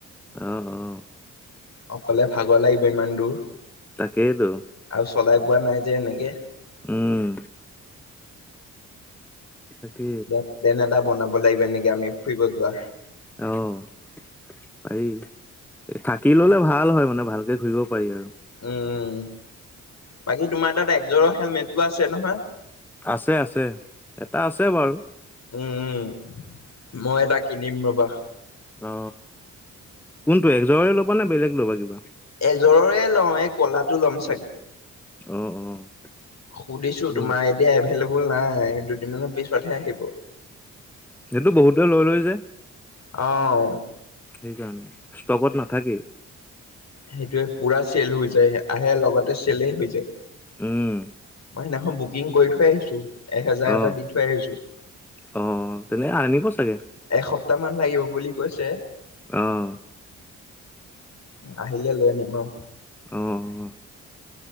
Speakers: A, in the centre; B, on the left.
A: অ', অ',
B: অকলে ভাগৰ লাগিব ইমান দূৰ।
A: তাকেইটো।
B: আৰু চলাই পোৱা নাই যে এনেকে।
A: উম, তাকে।
B: এতিয়া প্লেন এটা বনাব লাগিব এনেকে আমি ফুৰিব যোৱা।
A: অ', পাৰি থাকি ল'লে ভাল হয় মানে ভালকে ঘুৰিব পাৰি আৰু।
B: উম- উম বাকী তোমাৰ তাত একজৰ হেলমেটটো আছে নহয়?
A: আছে -আছে এটা আছে বাৰু।
B: উম- উম মই এটা কিনিম ৰবা।
A: অ, কোনটো এজৰে ল'বা নে বেলেগ ল'বা কিবা?
B: এজৰৰে লওঁ এই কলাটো ল'ম ছাগে।
A: অ', অ',
B: সুধিছোঁ
A: গ'ল
B: তোমাৰ এতিয়া এভেইলেবল নাই দুদিনমানৰ পিছতহে আহিব।
A: এইটো বহুতে লৈ লয় যে?
B: অ',
A: সেইকাৰণে ষ্টকত নাথাকে।
B: সেইটোৱেই পুৰা চেল হৈ যায় আহে লগতে চেলেই হৈ যায়।
A: উম,
B: সিদনাখন বুকিং কৈ থৈ আহিছোঁ এহেজাৰ
A: অ
B: এটা দি থৈ আহিছোঁ।
A: অ, তেনে আনিব চাগে।
B: এসপ্তাহ মান লাগিব বুলি কৈছে।
A: অ',
B: আহিলে লৈ আনিম আওঁ।
A: অ', অ',